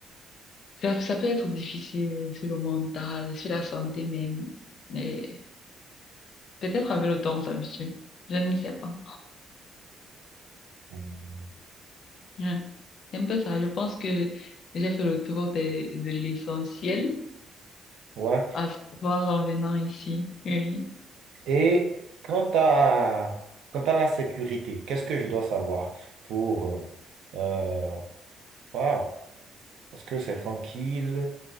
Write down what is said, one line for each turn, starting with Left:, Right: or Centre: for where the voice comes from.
Left: Ça, ça peut être difficile sur le mental, sur la santé même. mais Peut-être avec le temps, on s'habitue. Je ne sais pas.
Right: Mm.
Left: Ouais. C'est un peu ça. Je pense que j'ai fait le tour de, de l'essentiel,
Right: Ouais.
Left: à savoir en venant ici. Oui.
Right: Et quant à, quant à la sécurité, qu'est-ce que je dois savoir pour... euh, euh, voilà. Est-ce que c'est tranquille?